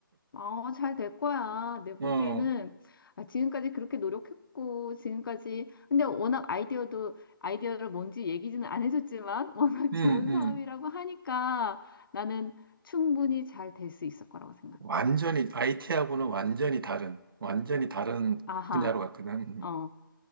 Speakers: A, on the left (about 70°); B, on the right (about 75°).
A: 어, 잘 될 거야. 내 보기에는
B: <laughs> 어,
A: 아, 지금까지 그렇게 노력했고 지금까지 근데 워낙 아이디어도 아이디어를 뭔지 얘기지는 안 해줬지만 <laughs> 워낙
B: 음,
A: 좋은
B: 음.
A: 사업이라고 하니까 나는 충분히 잘 될 수 있을 거라고 생각해.
B: 완전히 IT하고는 완전히 다른 완전히 다른
A: 아하,
B: 분야로 갔거든. 음.
A: 어,